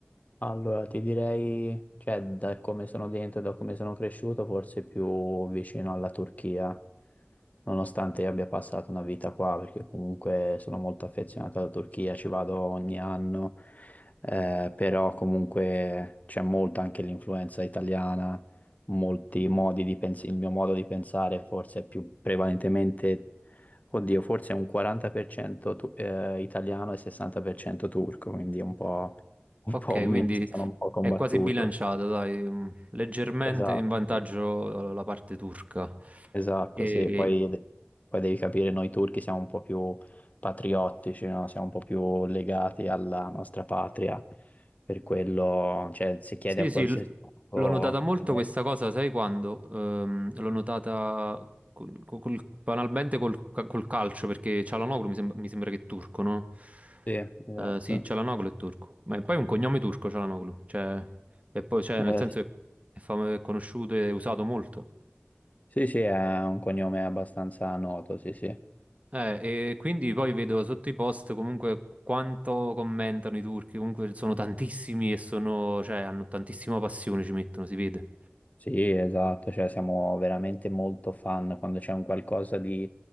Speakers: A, on the left; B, on the right.
A: Allora, ti direi, cioè, da come sono dentro e da come sono cresciuto, forse più vicino alla Turchia, nonostante io abbia passato una vita qua, perché comunque sono molto affezionato alla Turchia, ci vado ogni anno, eh, però comunque c'è molto anche l'influenza italiana, molti modi di pensare, il mio modo di pensare forse è più prevalentemente, oddio, forse è un 40% tu- eh, italiano e 60% turco, quindi è un po' un
B: Ok,
A: po' un
B: quindi
A: mix, sono un po' combattuto.
B: è quasi bilanciata, dai, mh, leggermente
A: Esatto,
B: in vantaggio
A: sì.
B: eh, la parte turca.
A: esatto,
B: E,
A: sì, poi, poi devi capire, noi turchi siamo un po' più patriottici, no? Siamo un po' più legati alla nostra patria, per quello, cioè, se chiedi
B: Sì,
A: a qualsiasi
B: sì, l-
A: turco
B: l'ho notata molto
A: all'estero.
B: questa cosa, sai quando? Ehm, l'ho notata col- col- col- banalmente col, ca- col calcio, perché Çalhanoğlu mi, sembra mi sembra che è turco, no?
A: Sì, esatto.
B: Eh, sì, Çalhanoğlu è turco, ma poi è poi un cognome turco Çalhanoğlu, cioè, e poi, cioè,
A: Eh,
B: nel senso
A: sì,
B: che è, fam- è conosciuto e usato molto.
A: sì, sì, è un cognome abbastanza noto, sì, sì.
B: Eh, e quindi poi vedo sotto i post comunque quanto commentano i turchi, comunque sono tantissimi e sono, cioè, hanno tantissima passione, ci mettono, si vede.
A: Sì, esatto, cioè siamo veramente molto fan quando c'è un qualcosa di